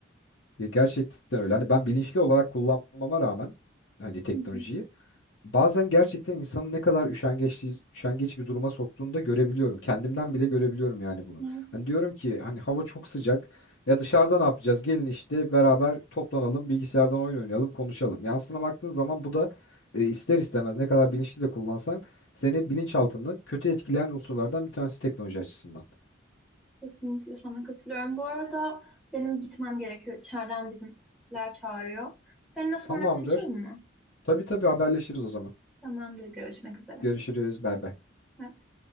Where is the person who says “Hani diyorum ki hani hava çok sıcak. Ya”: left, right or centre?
Left